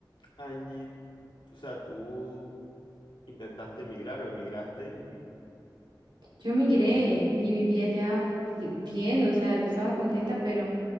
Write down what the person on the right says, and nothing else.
Yo migré
y vivía allá bi- bien, o sea, yo estaba contenta, pero,